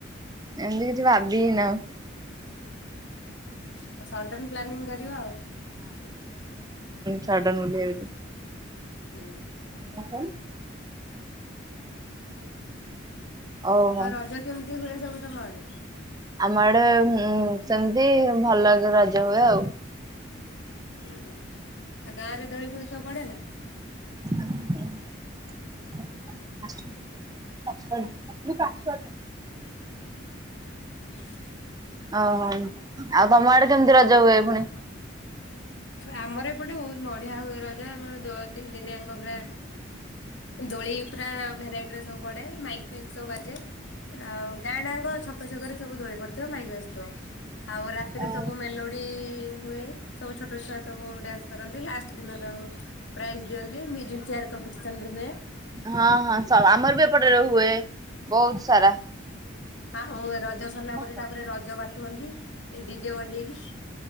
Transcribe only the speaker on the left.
ହଁ ସଡନ ପ୍ଲାନିଂ କରିବା ଆଉ <inaudible>
ହୁଁ।
ଆଉ ରଜ କେମିତି ହୁଏ ସବୁ? ତମ ଆଡେ।
<inaudible> ହୁଁ ଆଉ ଗାଁ ରେ ଦୋଳି ଫୋଳି ସବୁ ପଡେ ନା ।
<inaudible>
ଆମର ଏପଟେ ବହୁତ ବଢିଆ ହୁଏ ରଜ। ଆମର ଦୋ ତିନି ଦିନିଆଙ୍କ ପୁରା ଦୋଳି ପୁରା ଭେରାଇଟିର ସବୁ ପଡେ । ମାଇକ ଫାଇକ ସବୁ ବାଜେ। ଆଉ ଗାଁଆ ଡାଙ୍କ ଛକ ଛକ ରେ ସବୁ ଦୋଳି ପଡିଥା ସବୁ ମାଇକି ଆସିଥିବ। ଆଉ ରାତିରେ
ସବୁ ମେଲୋଡି ହୁଏ। ସବୁ ଛୋଟ ଛୁଆ ସବୁ ଡ୍ୟାନ୍ସ କରନ୍ତି ।ଲାଷ୍ଟ ଦିନ ତାଙ୍କୁ ପ୍ରାଇଜ ଦିଅନ୍ତି। ମ୍ୟୁଜିକ ଚେୟାର କମ୍ପିଟସନ ହୁଏ ।
ହଁ ହୁଏ ରଜ। ରଜ ସରିଲା
ପରେ ତାପରେ ରଜ ବାଟୁଅନ୍ତି ଡିଜେ ବଜେଇକି